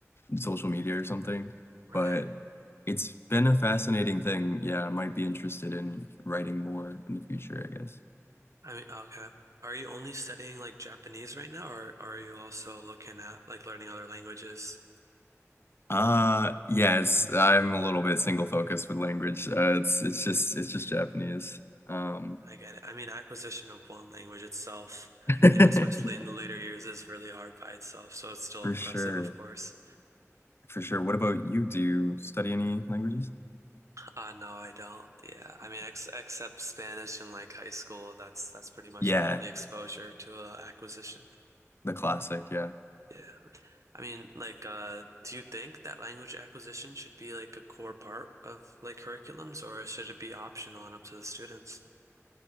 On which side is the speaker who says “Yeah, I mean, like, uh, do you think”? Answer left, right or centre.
Right